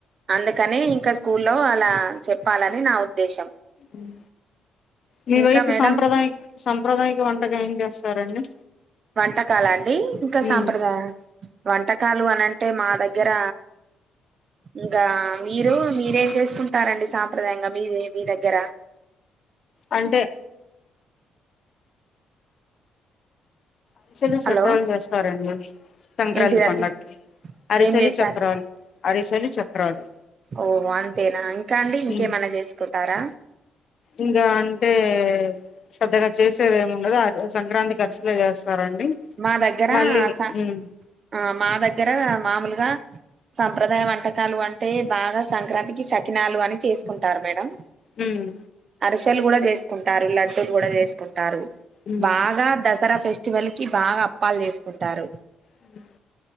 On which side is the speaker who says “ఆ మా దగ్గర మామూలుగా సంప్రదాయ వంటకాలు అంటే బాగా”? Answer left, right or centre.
Right